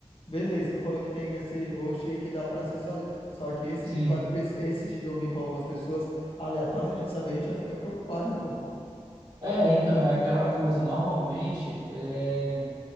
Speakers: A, on the left (about 50°); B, on the right (about 45°).
A: beleza, tu falou que tem esse host aí que dá pra ser sozinho. Só que esse
B: sim.
A: de quatro pessoas, esse de dormir com algumas pessoas aleatórias, se a gente saber, a gente já fica preocupado, né, pô?
B: É, então, é aquela coisa. Normalmente, é,